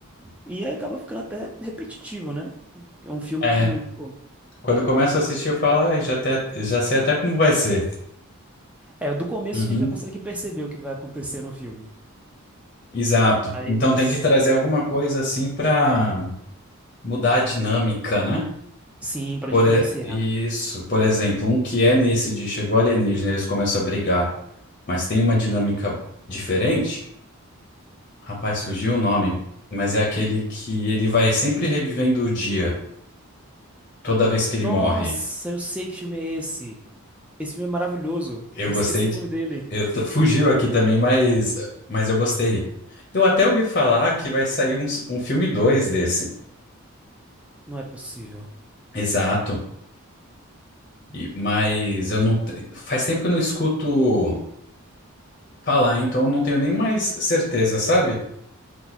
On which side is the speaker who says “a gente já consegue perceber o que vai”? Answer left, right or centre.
Centre